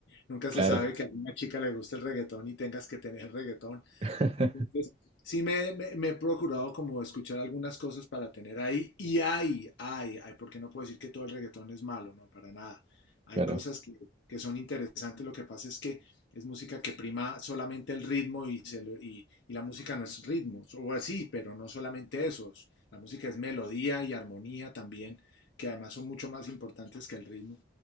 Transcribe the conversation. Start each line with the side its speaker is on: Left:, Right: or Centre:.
Left: Nunca
Right: Claro,
Left: se sabe que a una chica le guste el reggaetón y tengas que tener <laughs> reggaetón.
Right: <laughs>
Left: Entonces, sí me, me- me he procurado como escuchar algunas cosas para tener ahí, y hay, hay, hay, porque no puedo decir que todo el reggaetón es malo, no, para nada. Hay
Right: claro.
Left: cosas que, que son interesantes, lo que pasa es que es música que prima solamente el ritmo y, se lo- y, y la música no es ritmo, o así, pero no solamente eso, la música es melodía y armonía también, que además son mucho más importantes que el ritmo,